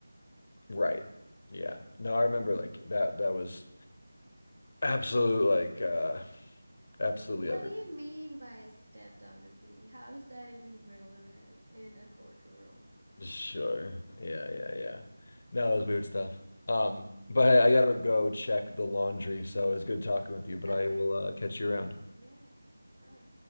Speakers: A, on the left; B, on the right.
A: Right. Yeah. No, I remember like that that was absolute like uh absolutely
B: What
A: everywhere.
B: do you
A: <laughs>
B: mean by stepped on a bee? How is that even relevant in a courtroom?
A: Sure. Yeah, yeah, yeah. No, it was weird stuff. Um, but hey, I gotta go check the laundry, so it was good talking with
B: <laughs>
A: you, but
B: okay.
A: I will uh catch you around.
B: Yeah, sure.